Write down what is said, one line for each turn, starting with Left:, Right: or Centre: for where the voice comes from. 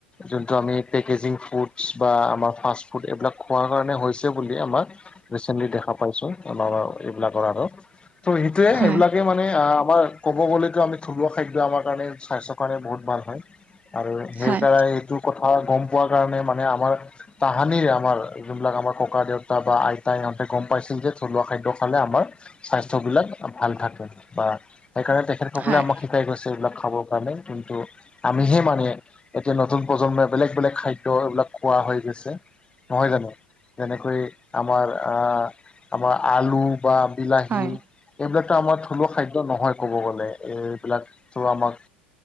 Left: যোনটো আমি পেকেজিং ফুডছ বা আমাৰ ফাষ্ট ফুড এইবিলাক খোৱাৰ কাৰণে হৈছে বুলি আমাৰ ৰিচেণ্টলি দেখা পাইছো আম এইবিলাকৰ আৰু ত' সেইটোৱে
Right: হয়
Left: এইবিলাকে মানে আমাৰ ক'ব গ'লে আমি থলুৱা খাদ্য আমাৰ কাৰণে স্বাস্থ্যৰ কাৰণে বহুত ভাল হয় আৰু সেইকাৰণে
Right: হয়
Left: কথা গম কাৰণে মানে আমাৰ হানিৰে আমাৰ যোনবিলাক আমাৰ ককা - দেউতা বা আইতাই ইহঁতে গম পাইছিল যে থলুৱা খাদ্য খালে আমাৰ স্বাস্থ্য বিলাক ভাল থাকে বা সেইকাৰণে তেখেতসকলে
Right: হয়
Left: আমাক শিকাই গৈছে এইবিলাক খাব কাৰণে কিন্তু আমিহে মানে এতিয়া নতুন প্ৰজন্মই বেলেগ- বেলেগ খাদ্য এইবিলাক খোৱা হৈ গৈছে। নহয় জানো, যেনেকৈ আমাৰ- আমাৰ আলু বা বিলাহী
Right: হয়
Left: এইবিলাকতো আমাৰ থলুৱা খাদ্য নহয় ক'ব গ'লে। এইবিলাকতো আমাক